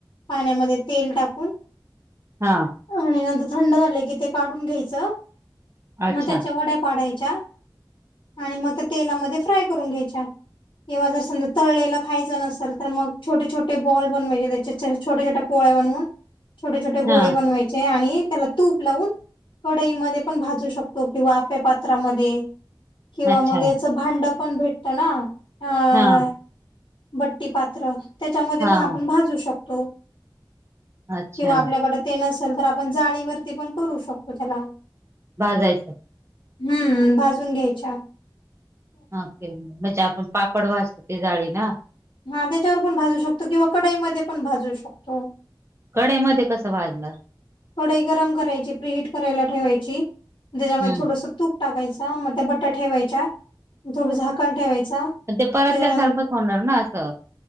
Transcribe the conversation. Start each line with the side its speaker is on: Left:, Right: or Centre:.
Left: पाण्यामध्ये तेल टाकून.
Right: हा! !..
Left: आणि नंतर थंड झालं की? ते काढून घ्यायचं!..
Right: अच्छा
Left: मग त्याच्या वड्या पाडायच्या, आणि मग त्या तेलामध्ये फ्राय करून घ्यायच्या. किंवा जर समजा तळलेला खायचं नसेल तर, मग छोटे छोटे बॉल बनवायचे त्याच्या छोटे छोटे पोळ्या बनवून छोटे छोटे
Right: हा
Left: गोळे बनवायचे आणि त्याला तूप लावून कढाईमध्ये पण, भाजू शकतो किंवा आप्या पात्रामध्ये! !.. किंवा
Right: अच्छा
Left: मग याच भांड पण भेटतं ना अ!..
Right: हा
Left: बट्टी पात्र त्याच्यामध्ये
Right: हा
Left: पण आपण
Right: हा
Left: भाजू शकतो?
Right: अच्छा
Left: किंवा आपल्याकडे ते नसेल तर आपण जाळीवरती पण करू शकतो. त्याला
Right: भाजायचं! !..
Left: हमम्!.. भाजून द्यायचा?
Right: अके! !. म्हणजे आपण पापड वाासतो. ती जाळी ना?
Left: हा! त्याच्यावर पण, भाजू शकतो. किंवा कडाईमध्ये पण भाजू शकतो.
Right: कडे मध्ये कसं भाजणार
Left: कडाई गरम करायची फ्रीहीट करायला ठेवायची, त्याच्यामध्ये
Right: हम्म
Left: थोडस तूप टाकायच मग, ते बटा ठेवायच्या थोडं झाकण ठेवायचं?
Right: पन ते परतल्यासारखंच
Left: त्याच्यानंतर
Right: होणार ना असं